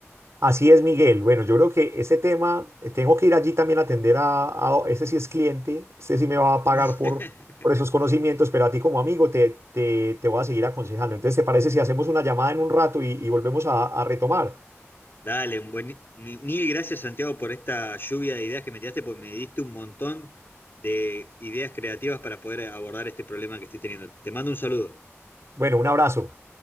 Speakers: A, on the right; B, on the left.
A: Así es, Miguel. Bueno, yo creo que ese tema, eh, tengo que ir allí también a atender a, a- ese sí es cliente, ese sí me va a pagar
B: <laughs>
A: por, por esos conocimientos, pero a ti como amigo te, te, te voy a seguir aconsejando. Entonces, ¿te parece si hacemos una llamada en un rato y, y volvemos a a retomar?
B: Dale, bueni- mi- mil gracias Santiago por esta lluvia de ideas que me tiraste, porque me diste un montón de ideas creativas para poder abordar este problema que estoy teniendo. Te mando un saludo.
A: Bueno, un abrazo.